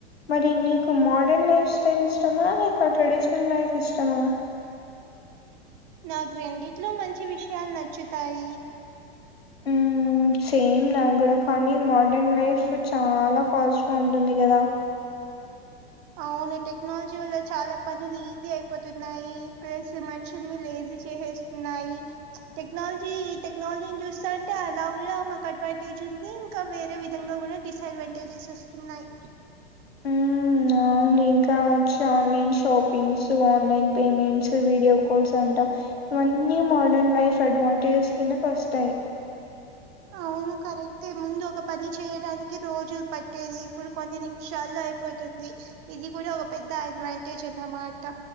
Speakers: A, on the left; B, on the right.
A: మరి నీకు మోడర్న్ లైఫ్ స్టైల్ ఇష్టమా లేక ట్రెడిషనల్ లైఫ్ ఇష్టమా
B: నాకు రెండిట్లో మంచి విషయాలు నచ్చుతాయి
A: మ్మ్ సేమ్ నా కూడా కానీ మోడర్న్ లైఫ్ చాలా ఫాస్ట్ గా ఉంటుంది కదా
B: అవును టెక్నాలజీ వల్ల చాలా పనులు ఈజీ అయిపోతున్నాయి ప్లస్ మనుషుల్ని లేదు చేసేస్తున్నాయి టెక్నాలజీ టెక్నాలజీని చూస్తాంటే అలా కూడా మాకు అటువంటి ది ఇంకా వేరే విధంగా కూడా డిస్ అడ్వాంటేజెస్ వస్తున్నాయి
A: ఉమ్ అవును ఇంకా challenge shoppings online payments video calls అంట అన్నీ మోడర్న్ లైఫ్ అడ్వాంటేజెస్ కిందకు వస్తాయ్
B: ఔ కరెక్టే ముందు ఒక పని చేయడానికి రోజులు పట్టేది ఇప్పుడు కొన్ని నిమిషాల్లో అయిపోతుంది ఇది కూడా ఒక పెద్ద అడ్వాంటేజ్ అన్నమాట